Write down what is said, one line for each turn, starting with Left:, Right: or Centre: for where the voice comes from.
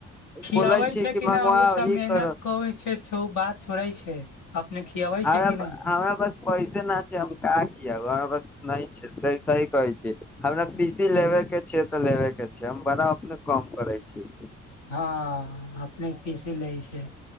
Left: खियाबै
Centre: बोलै छी
Left: छै
Centre: कि
Left: न
Centre: मंगवा
Left: ओ सब
Centre: ई
Left: मेहनत
Centre: करब
Left: करै छै बात छोड़ै छै अपने खियाबै
Centre: हमरा
Left: छै कि न
Centre: हमरा पास पैसे न छै हम का कियब बा बसकि नहि छै से सही कहै छी हमरा पीसी लेबेके छै तऽ लेबेके छै हम बड़ा अपने कम करै छीय
Left: हँ अपने पीस लै छै